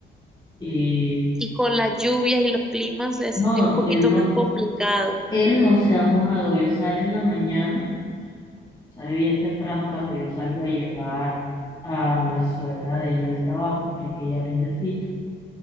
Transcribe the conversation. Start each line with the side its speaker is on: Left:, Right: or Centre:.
Left: y
Centre: Y con las lluvias y los climas es
Left: no,
Centre: es un poquito
Left: él no,
Centre: más complicado.
Left: él no se ha mojado, él sale en la mañana, sale bien temprano cuando yo salgo a llevar a la suegra de él al trabajo, ya que ella vende frito.